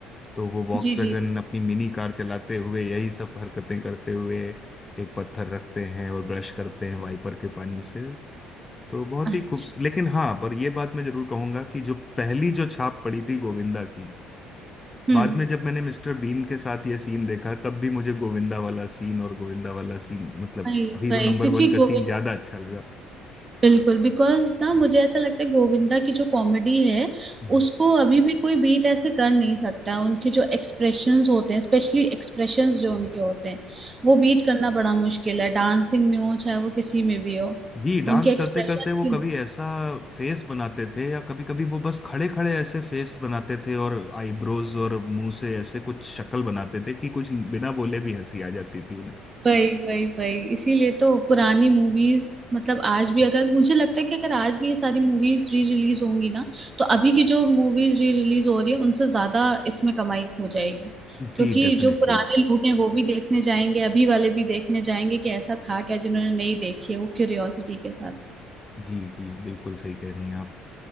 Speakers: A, on the left; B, on the right.
A: तो वो वॉक्सवैगन
B: जी जी
A: अपनी मिनी कार चलाते हुए यही सब हरकतें करते हुए एक पत्थर रखते हैं और ब्रश करते हैं वाइपर के पानी से तो बहुत
B: अच्छा
A: ही खूबसूरत लेकिन हाँ पर ये बात मैं जरूर कहूंगा कि जो पहली जो छाप पड़ी थी गोविंदा की
B: हम्म
A: बाद में जब मैंने मिस्टर बीन के साथ ये सीन देखा तब भी मुझे गोविंदा वाला सीन और गोविंदा वाला सीन मतलब
B: अरे
A: हीरो
B: भाई
A: नंबर
B: क्योंकि
A: वन का
B: गोविंदा
A: सीन ज्यादा अच्छा लगा
B: बिल्कुल बिकॉज ना मुझे ऐसा लगता है गोविंदा की जो कॉमेडी है
A: हम्म।
B: उसको अभी भी कोई बीट ऐसे कर नहीं सकता उनके जो एक्सप्रेशंस होते हैं स्पेशली एक्सप्रेशंस जो उनके होते हैं वो बीट करना बड़ा मुश्किल है डांसिंग में हो चाहे वो किसी में भी हो
A: जी डांस
B: उनके एक्सप्रेशन
A: करते करते वो कभी ऐसा फेस बनाते थे या कभी कभी वो बस खड़े खड़े ऐसे फेस बनाते थे और आईब्रोज और मुंह से ऐसे कुछ शक्ल बनाते थे कि कुछ बिना बोले भी हंसी आ जाती थी उनकी
B: वही वही वही इसीलिए तो पुरानी मूवीज मतलब आज भी अगर मुझे लगता है कि अगर आज भी ये सारी मूवीज री रिलीज होंगी ना तो अभी की जो मूवीज री रिलीज हो रही है उनसे ज्यादा इसमें कमाई हो जाएगी क्योंकि
A: जी डेफिनेटली
B: जो पुराने लोग हैं वो भी देखने जाएंगे अभी वाले भी देखने जाएंगे कि ऐसा था क्या जिन्होंने नहीं देखी है वो क्यूरियोसिटी के साथ
A: जी जी बिल्कुल सही कह रही हैं आप